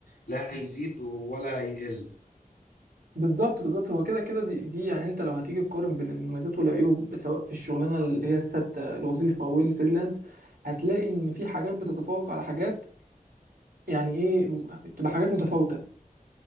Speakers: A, on the left; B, on the right.
A: لا هيزيد ولا هيقل
B: بالظبط بالظبط هو كده كده دي, دي يعني انت لو هتيجي تقارن بين المميزات والعيوب سواء في الشغلانه اللي هي الثابته الوظيفه والفريلانس هتلاقي ان في حاجات بتتفوق على حاجات يعني ايه م- بتبقى حاجات متفاوته